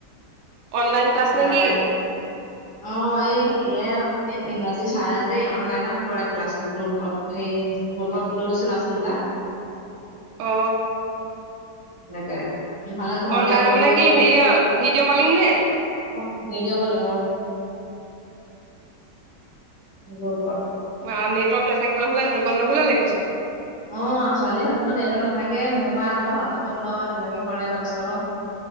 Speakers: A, on the right (about 80°); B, in the centre.
A: অনলাইন ক্লাছ
B: সেইটো
A: নে
B: কাৰণে।
A: কি <inaudible>
B: অ এই হেৰিয়ে এই ইংৰাজী ছাৰে যে অনলাইনত কৰে ক্লাছটো গ্ৰুপত। সেই গ্ৰোপত লৈ লৈছে ল'ৰা - ছোৱালীবিলাক।
A: অ।
B: এনেকে। নহ'লে ঘৰলে
A: অনলাইন
B: গৈ
A: মানে
B: গৈ
A: কি হেৰিয়ত ভিডিঅ' কলিং নে?
B: অঁ ভিডঅ কলিং অ, গপ
A: বা নেটৱৰ্ক নাথাকিবলৈ হ'লে দ গণ্ডগলে লাগিবচোন।
B: অ ছোৱালীসকলৰ নেট নাথাকে, মোৰ পৰা আকৌ হটছত লয় তেনেকে কৰে তাৰপিছত আকৌ